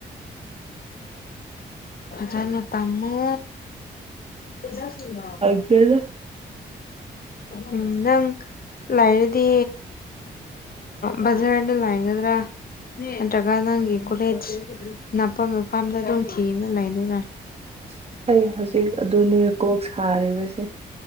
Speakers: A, on the left; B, on the right.
A: ꯐꯅ ꯇꯃꯣ ꯑꯦꯖꯁꯇꯨꯔꯣ
B: ꯂꯩꯗ
A: ꯎꯝ ꯅꯪ ꯂꯥꯏꯔꯗꯤ ꯕꯖꯥꯔꯅ ꯂꯥꯏꯒꯗ꯭ꯔꯥ ꯅꯠꯇ꯭ꯔꯒ ꯅꯪꯒꯤ ꯀꯣꯂꯦꯖ ꯅꯥꯄ ꯃꯐꯝꯗ ꯑꯗꯨꯝ ꯊꯤꯅ ꯂꯩꯗꯣꯏꯔꯥ
B: ꯑꯁ ꯑꯩ ꯍꯧꯖꯤꯛ ꯑꯗꯨꯅꯦ ꯀꯣꯛ ꯁꯥꯔꯤꯕꯁꯦ